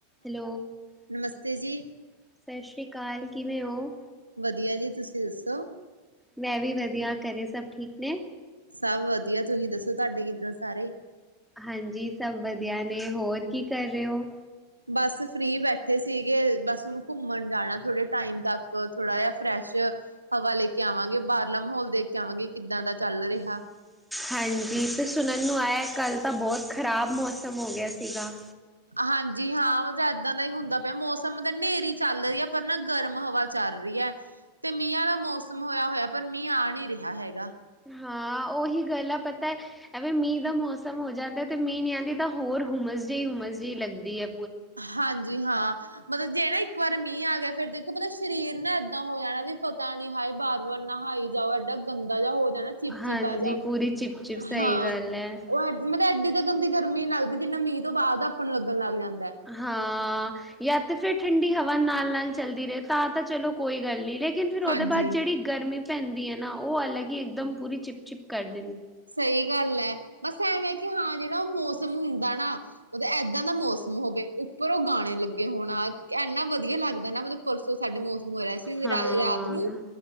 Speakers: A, in the centre; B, on the right.
A: Hello
B: ਨਮਸਤੇ
A: ਸਤਿ
B: ਜੀ
A: ਸ੍ਰੀ ਅਕਾਲ, ਕਿਵੇਂ ਉਹ ਔ?
B: ਵਧੀਆ ਜੀ ਤੁਸੀਂ ਦੱਸੋ।
A: ਮੈਂ ਵੀ ਵਧੀਆ ਕਰੇ ਸਭ ਠੀਕ ਨੇ?
B: ਸਭ ਵਧੀਆ ਤੁਸੀਂ ਦੱਸੋ ਤੁਹਾਡੇ ਕਿੱਦਾਂ ਸਾਰੇ।
A: ਹਾਂਜੀ, ਸਭ ਵਧੀਆ ਨੇ ਹੋਰ ਕੀ ਕਰ ਰਹੇ ਹੋ।
B: ਬਸ ਫ੍ਰਰੀ ਬੈਠੇ ਸੀਗੇ, ਬਸ ਹੁਨਣ ਘੁੰਮਣ ਜਾਣਾ ਥੋੜੇ ਟਾਈਮ ਤੱਕ ਥੋੜਾ ਜਿਹਾ ਫਰੈਸ਼ ਹਵਾ ਲੈਕੇ ਆਵਾਂਗੇ। ਬਾਹਰਲਾ ਮਾਹੌਲ ਦੇਖ ਕੇ ਆਵਾਂਗੇ ਕਿੱਦਾਂ ਦਾ। ਚੱਲ ਰਿਹਾ।
A: ਹਾਂਜੀ ਤੇ ਸੁਣਨ ਨੂੰ ਆਇਆ ਕੱਲ੍ਹ ਤਾਂ ਬਹੁਤ ਖ਼ਰਾਬ ਮੌਸਮ ਹੋ ਗਿਆ ਸੀਗਾ।
B: ਹਾਂਜੀ ਹਾਂ, ਉਹ ਤਾਂ ਇਏਦਾਂ ਦਾ ਹੀ ਹੁੰਦਾ ਪਿਆ ਮੌਸਮ ਤਾਂ ਨੇਰ੍ਹੀ ਚੱਲ ਰਹੀ ਐ, ਪਰ ਨਾ ਗਰਮ ਹਵਾ ਚੱਲ ਰਹੀ ਐ ਤੇ ਮੀਹਾਂ ਦਾ ਮੌਸਮ ਹੋਇਆ ਹੋਇਆ ਪਰ ਮੀਂਹ ਆ ਨਹੀਂ ਰਿਹਾ ਹੈਗਾ।
A: ਹਾਂ ਉਹੀ ਗੱਲ ਆ ਪਤਾ ਐ, ਐਵੇਂ ਮੀਂਹ ਦਾ ਮੌਸਮ ਹੋ ਜਾਂਦਾ ਤੇ ਮੀਂਹ ਨਹੀਂ ਆਂਦੀ, ਤਾਂ ਹੋਰ ਹੁਮਸ ਜਿਹੀ ਹੁਮਸ ਜਿਹੀ ਲੱਗਦੀ ਐ।
B: ਹਾਂਜੀ, ਹਾਂ ਮਤਲਬ ਜੇ ਨਾ ਇੱਕ ਵਾਰ ਮੀਂਹ ਆ ਗਿਆ ਫਿਰ ਦੇਖੋ ਪਤਾ ਸਰੀਰ ਨਾਂ ਇਏਦਾਂ ਹੋ ਜਾਣਾ ਵੀ ਪਤਾ ਨੀ ਹਾਏ ਬਾਰ ਵਾਰ ਨਹਾਈ ਜਾਓ ਏਡਾ ਗੰਦਾ ਜਾ ਹੋ ਚਿਪਚੀਪਜਿਆ
A: ਹਾਂਜੀ ਪੂਰੀ ਚਿਪ ਚਿਪ ਸਹੀ
B: ਹਾਂ
A: ਗੱਲ ਹੈ।
B: ਉਹ ਮਤਲਬ ਐਡੀ ਤੇ ਗੰਦੀ ਗਰਮੀ ਨ ਲੱਗਦੀ ਜਿੰਨਾ ਮੀਂਹ ਤੋਂ ਬਾਅਦ ਆਪਾਂ ਨੂੰ ਲੱਗਣ ਲਗ ਜਾਂਦਾ ਐ।
A: ਹਾਂ, ਜਾਂ ਤੇ ਫਿਰ ਠੰਡੀ ਹਵਾ ਨਾਲ-ਨਾਲ ਚੱਲਦੀ ਰਹੇ ਤਾਂ ਤਾਂ ਚਲੋ ਕੋਈ ਗੱਲ ਨਈਂ। ਲੇ ਲੇਕਿਨ ਫਿਰ ਉਹਦੇ
B: ਹਾਂਜੀ
A: ਬਾਅਦ ਜਿਹੜੀ ਗਰਮੀ ਪੈਂਦੀ ਐਨਾਂ ਉਹ ਅਲੱਗ ਹੀ ਇੱਕਦਮ ਪੂਰੀ ਚਿਪ ਚਿਪ ਕਰਦੀ।
B: ਸਹੀ ਗੱਲ ਐ, ਬਸ ਐਵੇਂ ਕਿ ਹਾਂ ਜਿਹੜਾ ਉਹ ਮੌਸਮ ਹੁੰਦਾ ਨਾਂ ਮਤਲਬ ਏਦਾਂ ਦਾ ਮੌਸਮ ਹੋਵੇ ਉੱਪਰ ਉਹ ਗਾਣੇ ਲੱਗੇ ਹੋਣਾ ਇੰਨਾ ਵਧੀਆ ਲੱਗਦਾ ਨਾ ਮਤਲਬ ਪਰਸੋਂ ਸਾਡੇ ਮੌਸਮ ਹੋ ਰਿਹਾ ਸੀ
A: ਹਾਂ,
B: ਰਾਤ ਨੂੰ